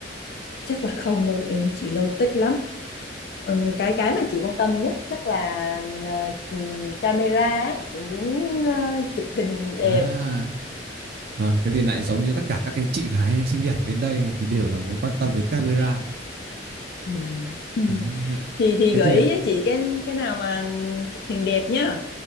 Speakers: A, on the left; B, on the right.
A: chắc là không đâu em ơi chị lâu tích lắm Ừm, cái cái mà chị quan tâm nhất chắc là ờ, ừm, camera ấy. chị muốn ờ, chụp hình đẹp
B: à vâng thế thì lại giống như tất cả các cái chị gái xinh đẹp đến đây thì đều là muốn quan tâm đến camera
A: Ừm. <laughs>
B: Đấy, thế
A: thì thì
B: thế
A: gợi
B: thì
A: ý cho chị cái cái nào mà chụp hình đẹp nhá